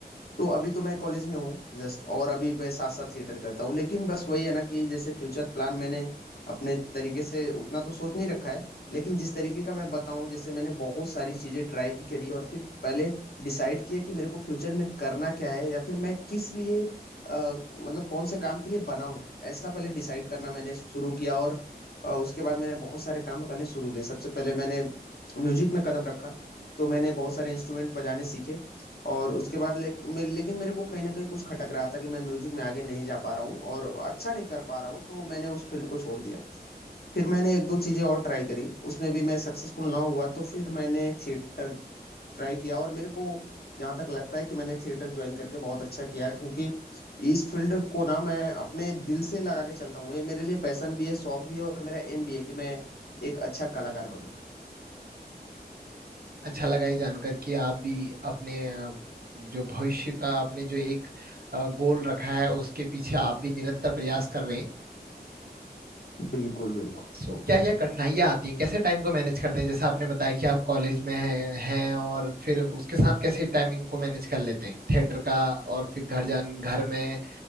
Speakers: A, on the left (about 65°); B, on the right (about 65°).
A: तो अभी तो मैं कॉलेज में हूँ जस्ट और अभी मैं साथ साथ थिएटर करता हूँ लेकिन बस वही है ना कि जैसे फ्यूचर प्लान मैंने अपने तरीके से उतना तो सोच नहीं रखा है लेकिन जिस तरीके का मैं बताऊं जैसे मैंने बहुत सारी चीजें ट्राई करी और फिर पहले डिसाइड किया कि मेरे को फ्यूचर में करना क्या है या फिर मैं किस लिए अ, मतलब कौन से काम के लिए बना हूँ ऐसा पहले डिसाइड करना मैंने शुरू किया और अ, उसके बाद मैंने बहुत सारे काम करने शुरू किए सबसे पहले मैंने म्यूजिक में कदम रखा तो मैंने बहुत सारे इंस्ट्रूमेंट बजाने सीखे और उसके बाद ले, मे, लेकिन मेरे को कहीं ना कहीं कुछ खटक रहा था कि मैं म्यूजिक में आगे नहीं जा पा रहा हूँ और अच्छा नहीं कर पा रहा हूँ तो मैंने उस फील्ड को छोड़ दिया फिर मैंने एक दो चीजें और ट्राई करी उसमें भी मैं सक्सेसफुल ना हुआ तो फिर मैंने थिएटर ट्राई किया और मेरे को जहाँ तक लगता है कि मैंने थिएटर ज्वाइन करके बहुत अच्छा किया क्योंकि इस फील्ड को ना मैं अपने दिल से लगा के चलता हूँ ये मेरे लिए पैशन भी है शौक भी है और मेरा एम भी है कि मैं एक अच्छा कलाकार बनूं
B: अच्छा लगा ये जानकर कि आप भी अपने अ, जो भविष्य का आपने जो एक अ, गोल रखा है उसके पीछे आप भी निरंतर प्रयास कर रहे हैं
A: बिल्कुल बिल्कुल
B: सो क्या क्या कठिनाइयाँ आती हैं कैसे टाइम को मैनेज करते हैं जैसे आपने बताया कि आप कॉलेज में हैं हैं और फिर उसके साथ कैसे टाइमिंग को मैनेज कर लेते हैं थिएटर का और फिर घर जान घर में